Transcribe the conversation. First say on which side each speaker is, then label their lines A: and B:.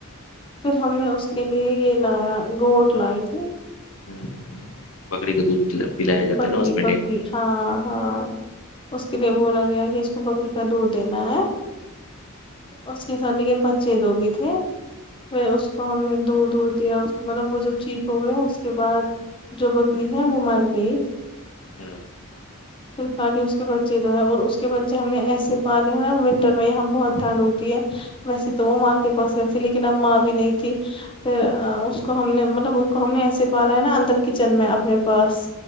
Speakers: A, on the left (about 25°); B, on the left (about 70°).
A: پر ہم نے اس کے لیے یہ لایا گوٹ لاے تھے
B: ہوں ہوں بکری کے دودھ پ پلایا جاتا
A: بکری
B: ہے نا اس میں
A: بکری
B: ڈینگو
A: ہاں ہاں اس کے لیے بولا گیا کہ اس کو بکری کا دودھ دینا ہے اس کے ساتھ لیکن بچے دو بھی تھے پھر اس کو ہم نے دودھ ودوھ دیا مطلب وہ جب ٹھیک ہو گیا اس کے بعد جو بکری ہے وہ مر گئی
B: میں
A: پھر خالی اس کے بچے جو ہے اور اس کے بچے ہم نے ایسے پالے ہیں نا ونٹر میں یہاں بہت ٹھنڈ ہوتی ہے ویسے تو وہ ماں کے پاس ویسے لیکن اب ماں بھی نہیں تھی پھر اس کو ہم نے مطلب ان کو ہم نے ایسے پالا ہے نا اندر کچن میں اپنے پاس